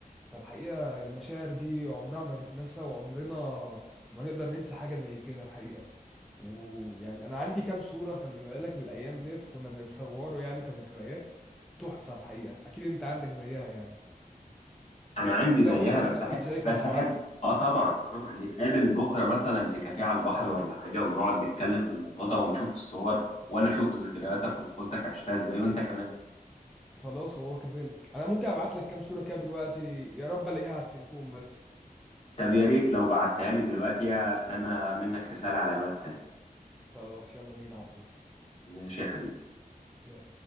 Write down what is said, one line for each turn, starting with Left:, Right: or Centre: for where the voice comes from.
Centre: فالحقيقه المشاعر دي عمرها ما تتنسى وعمرنا ما نقدر ننسى حاجه زي كده الحقيقه ويعني انا عندي كام صوره خلي بالك للايام ديت وكنا بنتصوروا يعني كذكريات تحفة الحقيقة أكيد أنت عندك زيها يعني
Left: انا عندي زيها
Centre: لو حابب
Left: بس
Centre: إن إحنا
Left: احب
Centre: نشاركها
Left: بس
Centre: مع بعض
Left: احب اه طبعا طبعا نتقابل بكره مثلا في كافيه على البحر ولا حاجه ونقعد نتكلم في الموضوع ده ونشوف الصور وانا اشوف ذكرياتك وطفولتك عشتها ازاي وانت كمان
Centre: خلاص وهو كذلك أنا ممكن أبعت لك كام صورة كده دلوقتي يا رب ألاقيها على التليفون بس
Left: طب يا ريت لو بعتها لي دلوقتي استنى منك رساله على الواتساب
Centre: خلاص يلا بينا يا عمور
Left: ماشي يا حبيبي
Centre: يلا